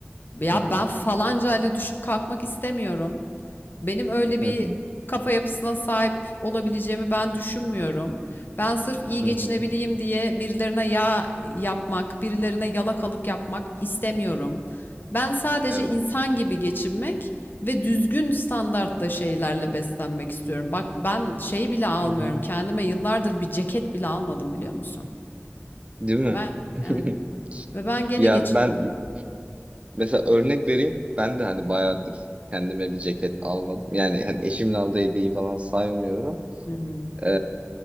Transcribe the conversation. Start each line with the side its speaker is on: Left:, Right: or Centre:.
Left: Ya
Right: Hı hı.
Left: ben falanca ile düşüp kalkmak istemiyorum. Benim öyle bir
Right: Hı hı.
Left: kafa yapısına sahip olabileceğimi ben düşünmüyorum. Ben sırf iyi
Right: Hı
Left: geçinebileyim
Right: hı.
Left: diye birilerine yağ yapmak, birilerine yalakalık yapmak istemiyorum. Ben sadece
Right: Evet.
Left: insan gibi geçinmek ve düzgün standartta şeylerle beslenmek istiyorum. Bak ben şey bile almıyorum.
Right: Hı hı.
Left: Kendime yıllardır bir ceket bile almadım biliyor musun?
Right: Değil mi?
Left: Ben
Right: <laughs>
Left: yani ve ben gene
Right: Ya
Left: geçinemiyorum.
Right: ben Mesela örnek vereyim. Ben de hani bayağıdır kendime bir ceket almadım. Yani hani eşimin aldığı hediyeyi falan saymıyorum.
Left: Hı hı.
Right: Ee,